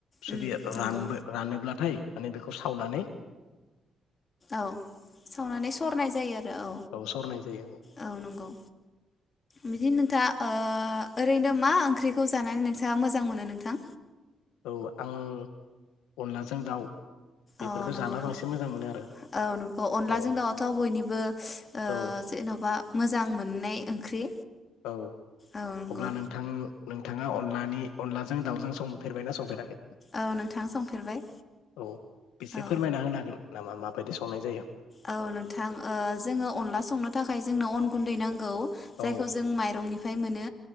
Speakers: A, on the left; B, on the left.
A: जुदि
B: उम नंगौ
A: रानबो रानोब्लाथाय माने बेखौ सावनानै
B: औ सावनानै सरनाय जायो आरो औ
A: सरनाय जायो
B: औ नंगौ बिदि नोंथा ओ ओरैनो मा ओंख्रिखौ जानानै नोंथाङा मोजां मोनो नोंथां
A: औ आं अनलाजों दाउ बेफोरखौ
B: औ नंगौ
A: जाना
B: न'
A: बांसिन मोजां मोनो आरो
B: औ नंगौ अनलाजों
A: औ
B: दाउआथ' बयनिबो ओ
A: औ
B: जेन'बा मोजां मोननाय ओंख्रि
A: औ
B: औ नंगौ
A: अब्ला नोंथां नों थाङा अनलानि अनलाजों दाउजों संफेरबायना संफेराखै
B: औ नोंथां संफेरबाय
A: औ एसे
B: औ
A: फोरमायना होनो हागोन नामा माबायदि संनाय जायो
B: औ नोंथां ओ जोङो अनला संनो थाखाय जोंनो अन गुन्दै नां गौ
A: औ
B: जायखौ जों माइरंनि फ्राय मोनो